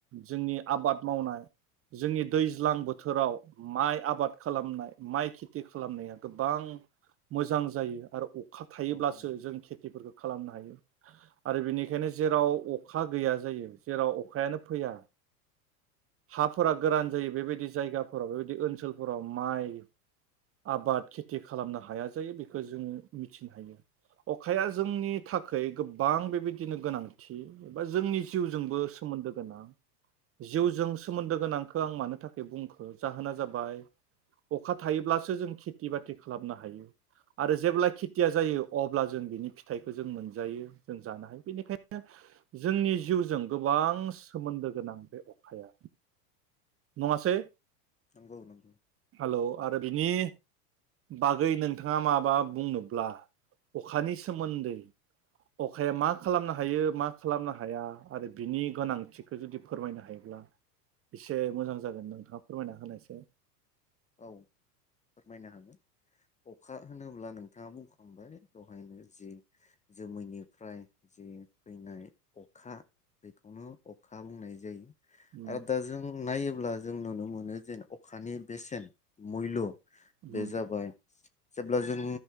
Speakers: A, on the right; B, on the left.
A: जोंनि आबाद मावनाय जोंनि दैज्लां बोथोराव माइ आबाद खालामनाय माइ खेथि खा खालामनाया गोबां मोजां जायो आरो अ खा
B: औ
A: थायोब्लासो
B: औ
A: जों खेथिफोरखौ खालामनो हायो आरो बेनिखायनो जेराव अखा गैया जायो जेराव अखायानो फैया हाफोरा गोरान जायो बेबायदि जायगाफोराव बेबायदि ओनसोलफोराव माइ आबाद खेथि खालामनो हाया जायो बेखौ जों मिथिनो हायो अखाया जोंनि थाखै गोब बां बेबायदिनो गोनांथि एबा जोंनि जिउजोंबो सोमोन्दो गोनां जिउजों
B: औ
A: सोमोन्दो गोनां खो आं मानो थाखाय बुंखो? जाहोना जाबाय अखा थायोब्लासो जों खेथि बाथि खालामनो हायो। आरो जेब्ला खेथिया जायो अ अब्ला जों बिनि फिथाइखौ जों मोनजायो जों जानो हायो बेनिखायनो जोंनि जिउजों गोबां सोमोन्दो गोनां बे अखाया। नङासै?
B: नंगौ नंगौ
A: हेलौ आरो बिनि बागै नोंथाङा माबा बुंनोब्ला अखानि सोमोन्दै अखाया मा खालामनो हायो मा खालामनो हाया आरो बिनि गोनांथिखौ जुदि फोरमायनो हायोब्ला एसे मोजां जागोन नोंथाङा फोरमायना होनायसै?
B: औ फोरमायनो हागोन अखा होनोब्ला नोंथाङा बुंखांबाय दहायनो जि जोमैनिफ्राय जि फैनाय अखा बेखौनो अखा बुंनाय जायो।
A: उम
B: आ दा जों नायोब्ला जों नुनो मोनो जेन अखानि बेेसेन मैल्य
A: उम
B: बे जाबाय जेब्ला जों